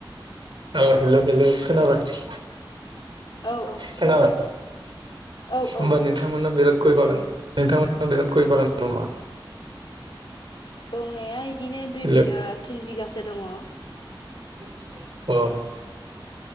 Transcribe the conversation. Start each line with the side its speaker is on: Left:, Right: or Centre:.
Right: औ हेल' हेल' खोनाबाय?
Left: औ औ।
Right: खोनबाय।
Left: औ
Right: होमबानो
Left: औ
Right: नोंथांमोना बिराद गय बागान नोंथांमोना बिराद गय बागान दं नामा?
Left: दंनाया इदिनो दुइ
Right: हेल'
Left: बिगा थिन बिगासो दंङ।
Right: अ <unintelligible>